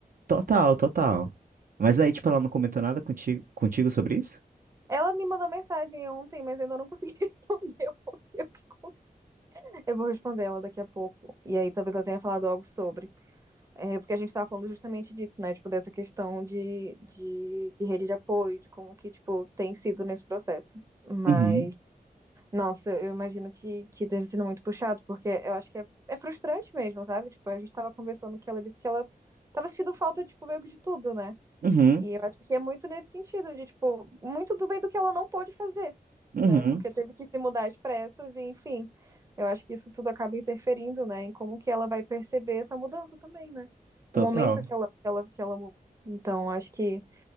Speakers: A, on the right; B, on the right.
A: Total, total. Mas daí, tipo, ela não comentou nada contigo, contigo sobre isso?
B: Ela me mandou mensagem ontem, mas eu ainda não consegui <laughs> responder. Eu vou ver o que aconteceu. Eu vou responder ela daqui a pouco. E aí talvez ela tenha falado algo sobre. É, porque a gente estava falando justamente disso, né? Tipo, dessa questão de, de, de rede de apoio, de como que, tipo, tem sido nesse processo. Mas,
A: Uhum,
B: nossa, eu imagino que, que tenha sido muito puxado, porque eu acho que é, é frustrante mesmo, sabe? Tipo, a gente estava conversando que ela disse que ela tava sentindo falta, tipo, meio que de tudo, né?
A: uhum,
B: E eu acho que é muito nesse sentido, de, tipo, muito do bem do que ela não pôde fazer,
A: uhum.
B: né? Porque teve que se mudar às pressas, e enfim. Eu acho que isso tudo acaba interferindo, né? Em como que ela vai perceber essa mudança também, né? O
A: Total.
B: momento que ela, que ela, que ela muda. Então, acho que,